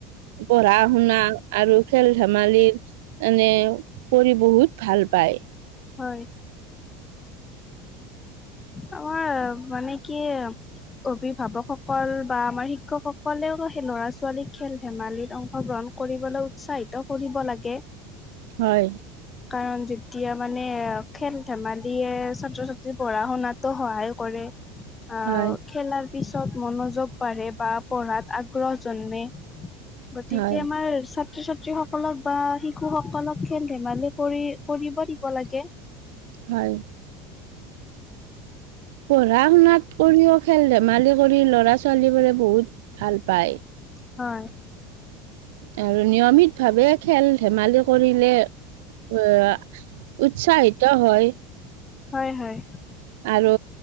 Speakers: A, on the right; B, on the left.
A: পঢ়া শুনা আৰু খেল ধেমালি মানে কৰি বহুত ভাল পায়।
B: হয়। আমাৰ মানে কি অভিভাৱকসকল বা আমাৰ শিক্ষকসকলেও সেই ল'ৰা-ছোৱালী খেল ধেমালিত অংশগ্ৰহণ কৰিবলৈ উৎসাহিত কৰিব লাগে।
A: হয়
B: কাৰণ যেতিয়া মানে খেল ধেমালিয়ে ছাত্ৰ ছাত্ৰী পঢ়া-শুনাতো সহায় কৰে আহ
A: হয়
B: খেলাৰ পিছত মনোযোগ বাঢ়ে বা পঢ়াত আগ্ৰহ জন্মে- গতিকে
A: হয়
B: আমাৰ ছাত্ৰ ছাত্ৰী সকলক বা শিশু সকলক খেল-ধেমালি কৰি কৰিব দিব লাগে।
A: হয় পঢ়া-শুনাত কৰিও খেল ধেমালি কৰি ল'ৰা-ছোৱালী বোৰে বহুত ভাল পায়।
B: হয়।
A: আৰু নিয়মিত ভাৱে খেল-ধেমালি কৰিলে উ উৎসাহিত হয়।
B: হয় হয়।
A: আৰু